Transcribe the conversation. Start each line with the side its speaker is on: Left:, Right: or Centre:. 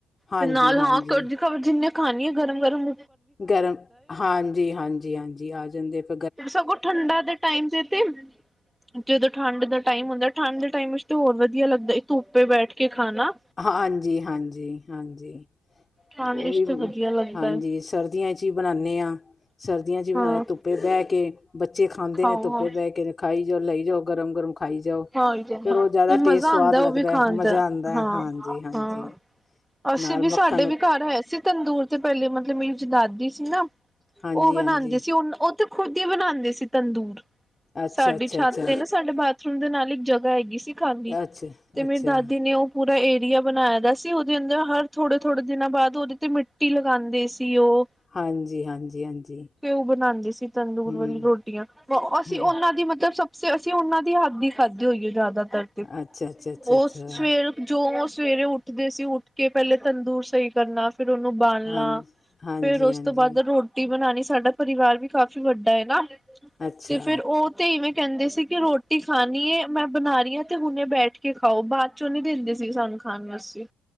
Left: ਹਾਂਜੀ-ਹਾਂਜੀ।
Centre: ਤੇ ਨਾਲ ਹਾਂ ਕੜਜੀ ਜਿੰਨੇ ਖਾਣੀ ਏ ਗਰਮ-ਗਰਮ
Left: ਗਰਮ। ਹਾਂਜੀ, ਹਾਂਜੀ, ਹਾਂਜੀ ਆ ਜਾਂਦੇ ਫਿ
Centre: ਸਗੋਂ ਠੰਡਾ ਦੇ ਟਾਈਮ ਤੇ, ਤੇ। ਜਦੋਂ ਠੰਡ ਦਾ ਟਾਈਮ ਹੁੰਦਾ, ਠੰਡ ਦੇ ਟਾਈਮ ਵਿੱਚ ਹੋਰ ਵਧੀਆ ਲੱਗਦਾ ਧੁੱਪੇ ਬੈਠ ਕੇ ਖਾਣਾ।
Left: ਹਾਂਜੀ, ਹਾਂਜੀ, ਹਾਂਜੀ।
Centre: ਖਾਣ
Left: ਉਹ
Centre: ਵਿੱਚ
Left: ਵੀ,
Centre: ਤੇ ਵਧੀਆ ਲੱਗਦਾ
Left: ਹਾਂਜੀ
Centre: ਹੈ
Left: ਸਰਦੀਆਂ ਚ ਈ ਬਣਾਂਣੇ ਆਂ। ਸਰਦੀਆਂ ਚ ਈ ਬਣਾਏ
Centre: ਹਾਂ
Left: ਧੁੱਪ ਧੁੱਪੇ ਬਹਿ ਕੇ ਬੱਚੇ ਖਾਂਦੇ
Centre: ਖਾਓ
Left: ਨੇਂ, ਧੁੱਪੇ
Centre: ਹਾਂ
Left: ਬਹਿ ਕੇ ਖਾਈ ਜਾਓ, ਲਈ ਜਾਓ, ਗਰਮ-ਗਰਮ। ਖਾਈ ਜਾਓ,
Centre: ਹਾਂ
Left: ਫਿਰ ਉਹ ਜ਼ਿਆਦਾ
Centre: ਤੇ ਮਜ਼ਾ
Left: ਟੇਸਟ ਸਵਾਦ
Centre: ਆਉਂਦਾ ਉਹ
Left: ਲੱਗਦਾ
Centre: ਵੀ ਖਾਣ
Left: ਮਜ਼ਾ
Centre: ਦਾ
Left: ਆਂਦਾ
Centre: ਹਾਂ
Left: ਏ। ਹਾਂਜੀ, ਹਾਂਜੀ।
Centre: ਹਾਂ ਅਸੀਂ
Left: ਨਾਲ
Centre: ਵੀ
Left: ਮੱਖਣ
Centre: ਸਾਡੇ ਵੀ ਘਰ ਹੈ ਸੀ ਤੰਦੂਰ ਤੇ ਪਹਿਲੇ ਮਤਲਬ ਮੇਰੀ ਜੌ ਦਾਦੀ ਸੀ ਨਾਂ,
Left: ਹਾਂਜੀ
Centre: ਉਹ ਬਣਾਂਦੇ
Left: ਹਾਂਜੀ
Centre: ਸੀ ਉਹ, ਉਹ ਤੇ ਖੁਦ ਹੀ ਬਣਾਂਦੇ ਸੀ ਤੰਦੂਰ।
Left: ਅੱਛਾ
Centre: ਸਾਡੀ
Left: ਅੱਛਾ
Centre: ਛੱਤ
Left: ਅੱਛਾ
Centre: ਤੇ ਨਾਂ ਸਾਡੇ ਬਾਥ- ਥਰੂਮ ਦੇ ਨਾਲ ਇੱਕ ਜਗ੍ਹਾ ਹੈਗੀ ਸੀ ਖਾਲੀ,
Left: ਅੱਛਾ
Centre: ਤੇ
Left: ਅੱਛਾ
Centre: ਮੇਰੀ ਦਾਦੀ ਨੇ ਉਹ ਪੂਰਾ ਏਰੀਆ ਬਣਾਇਆ ਦਾ ਸੀ। ਉਹਦੇ ਅੰਦਰ ਹਰ ਥੋੜੇ-ਥੋੜੇ ਦਿਨਾਂ ਬਾਅਦ ਉਹਦੇ ਤੇ ਮਿੱਟੀ ਲਗਾਂਦੇ ਸੀ ਉਹ।
Left: ਹਾਂਜੀ, ਹਾਂਜੀ। ਹਾਂਜੀ
Centre: ਕੇ ਉਹ ਬਣਾਂਦੇ ਸੀ ਤੰਦੂਰ
Left: ਹਮ
Centre: ਵਾਲੀ ਰੋਟੀਆਂ, ਓ ਅਸੀਂ
Left: ਹਮ
Centre: ਉਹਨਾਂ ਦੀ ਮਤਲਬ ਸਪੋ ਅਸੀਂ ਉਹਨਾਂ ਦੀ ਹੱਥ ਦੀ ਖਾਧੀ ਹੋਈਏ ਜ਼ਿਆਦਾਤਰ ਤੇ,
Left: ਅੱਛਾ ਅੱਛਾ ਅੱਛਾ
Centre: ਉਹ
Left: ਅੱਛਾ
Centre: ਸਵੇਰ ਜੋ ਉਹ ਸਵੇਰੇ ਉੱਠਦੇ ਸੀ ਉੱਠ ਕੇ ਪਹਿਲੇ ਤੰਦੂਰ ਸਹੀ ਕਰਨਾ, ਫਿਰ ਉਹਨੂੰ ਬਾਲਣਾ
Left: ਹਾਂਜੀ ਹਾਂਜੀ
Centre: ਫਿਰ ਉਸ
Left: ਹਾਂਜੀ
Centre: ਤੋਂ ਬਾਅਦ ਰੋਟੀ ਰੋਟੀ ਬਣਾਂਣੀ ਸਾਡਾ ਪਰਿਵਾਰ ਵੀ ਕਾਫੀ ਵੱਡਾ ਐ ਨਾਂ,
Left: ਅੱਛਾ
Centre: ਤੇ ਫਿਰ ਉਹ ਤੇ ਇਵੇਂ ਕਹਿੰਦੇ ਸੀ ਕਿ ਰੋਟ ਰੋਟੀ ਖਾਣੀ ਏ। ਮੈਂ ਬਣਾ ਰਹੀ ਆਂ ਤੇ ਹੁਣੇ ਬੈਠ ਕੇ ਖਾਓ। ਬਾਅਦ ਚ ਨਈਂ ਦਿੰਦੀ ਸੀ ਸਾਨੂੰ ਖਾਣ ਵਾਸਤੇ।